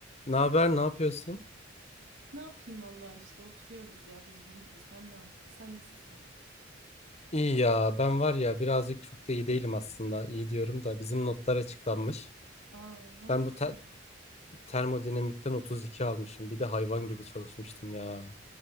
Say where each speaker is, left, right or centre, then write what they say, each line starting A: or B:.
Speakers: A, on the left; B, on the right.
A: Ne haber, ne yapıyorsun?
B: Ne yapayım valla işte oturuyoruz ya bildiğin gibi sen na- sen nasılsın?
A: İyi ya, ben var ya birazcık çok da iyi değilim aslında. İyi diyorum da bizim notlar açıklanmış.
B: Aa ne oldu
A: Ben bu
B: ki?
A: te- termodinamikten 32 almışım. Bir de hayvan gibi çalışmıştım ya.